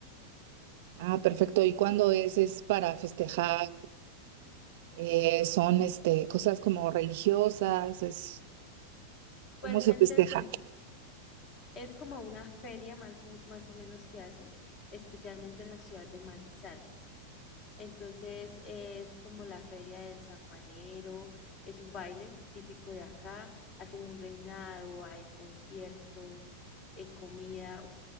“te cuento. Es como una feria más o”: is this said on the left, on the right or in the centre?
Left